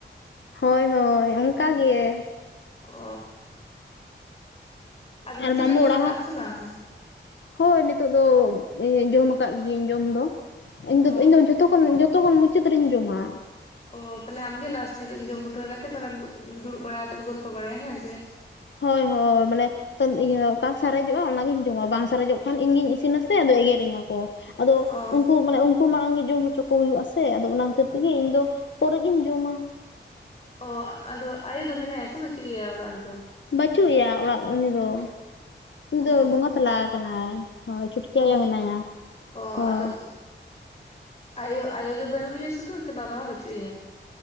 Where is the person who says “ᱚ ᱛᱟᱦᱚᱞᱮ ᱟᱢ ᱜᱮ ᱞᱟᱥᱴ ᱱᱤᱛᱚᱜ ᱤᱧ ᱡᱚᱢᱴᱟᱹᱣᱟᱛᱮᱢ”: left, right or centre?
Left